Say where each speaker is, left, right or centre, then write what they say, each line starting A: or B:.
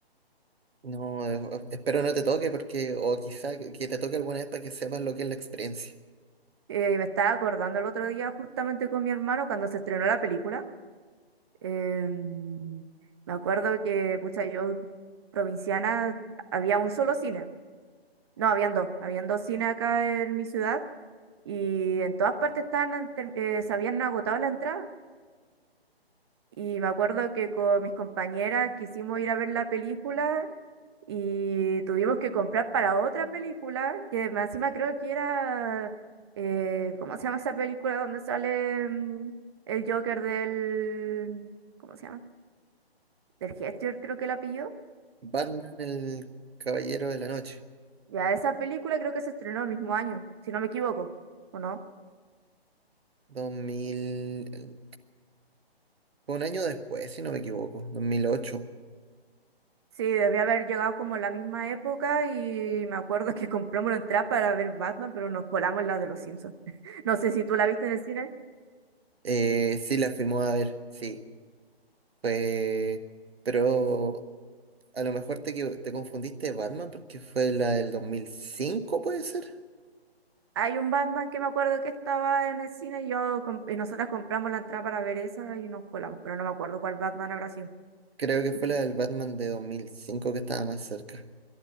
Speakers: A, on the right (about 70°); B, on the right (about 25°).
A: no, eh, espero no te toque porque, o quizá que te toque alguna vez para que sepas lo que es la experiencia.
B: Eh, me estaba acordando el otro día justamente con mi hermano cuando se estrenó la película Em, me acuerdo que, pucha, yo provinciana, había un solo cine. No, habían dos. Habían dos cines acá en mi ciudad y en todas partes estaban, an- ter- eh, se habían agotado la entrada. Y me acuerdo que con mis compañeras quisimos ir a ver la película y tuvimos que comprar para otra película, que más encima creo que era, eh, ¿cómo se llama esa película donde sale mm, el Joker del... ¿Cómo se llama? del Gesture creo que la pilló.
A: Batman, el caballero de la noche.
B: Ya esa película creo que se estrenó el mismo año, si no me equivoco, ¿o no?
A: dos mil eh, fue un año después, si no me equivoco, 2008.
B: Sí, debía haber llegado como en la misma época y me acuerdo que compramos la entrada para ver Batman, pero nos colamos la de los Simpsons. <laughs> No sé si tú la viste en el cine.
A: Eh, sí, la fuimos a ver, sí, fue, pero a lo mejor te, equivo- te confundiste de Batman porque fue la del dos mil cinco puede ser.
B: Hay un Batman que me acuerdo que estaba en el cine y, yo, com- y nosotras compramos la entrada para ver esa y nos colamos, pero no me acuerdo cuál Batman habrá sido.
A: Creo que fue la del Batman de 2005 que estaba más cerca,